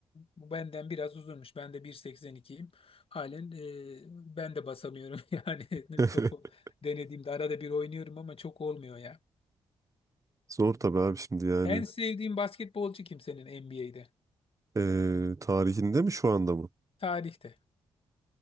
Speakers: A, on the left; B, on the right.
A: Bu benden biraz uzunmuş. Ben de 1.82'yim. Halen e, ben de basamıyorum <laughs> yani
B: <laughs>
A: topu denediğimde arada bir oynuyorum ama çok olmuyor ya.
B: Zor tabii abi şimdi yani.
A: En sevdiğim basketbolcu kim senin NBA'de?
B: Ee, tarihinde mi şu anda mı?
A: Tarihte.